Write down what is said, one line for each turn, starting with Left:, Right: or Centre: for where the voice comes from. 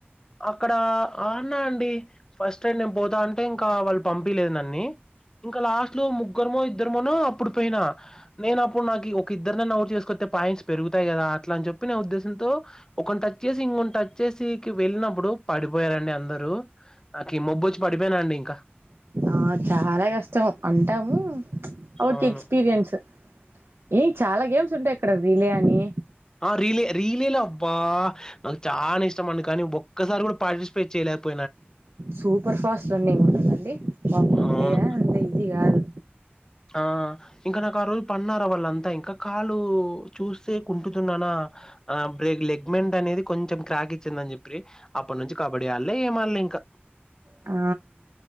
Left: అక్కడ ఆడినా అండి ఫస్ట్ టైం నేను పోతా అంటే ఇంకా వాళ్ళు పంపిలేదు నన్ని ఇంకా లాస్ట్ లో ముగ్గురుమో ఇద్దరమోనో అప్పుడు పోయినా నేను అప్పుడు నాకి ఒక ఇద్దరినన్న ఔట్ చేసుకొస్తే పాయింట్స్ పెరుగుతయి కదా అట్ల అనిచెప్ ప్పిన ఉద్దేశంతో ఒకని టచ్ చేసి ఇంకొని టచ్ చేసికి వెళ్ళినప్పుడు పడిపోయారండి అందరు నాకి మొబ్బొచ్చి పడిపోయానండి ఇంకా
Right: ఆ చాలా కష్టమే అంటాము ఓక
Left: అవును.
Right: ఎక్స్పీరియన్స్ ఏ చాలా గేమ్స్ ఉంటాయి ఇక్కడ రిలే అని
Left: రీలే రీలేలో అబ్బా నాకు చాలా ఇష్టం అండి కానీ ఒక్కసారి గూడ పార్టి చేయలేపొ
Right: సూపర్ ఫాస్ట్ రన్నింగ్ ఉంటుందండి <unintelligible>
Left: అవును.
Right: అంత ఈజీ కాదు
Left: అ ఇంకా నాకా రోజు తన్నార వాళ్ళంతా ఇంకా కాలు చూస్తే కుంటుతున్నానా ఆ బ్రేక్ లెగ్మెంట్ అనేది కొంచెం క్రాక్ ఇచ్చిందని చెప్పి అప్పటి నుంచి కబడ్డీ ఆడలే ఏం ఆళ్లే ఇంకా
Right: ఆ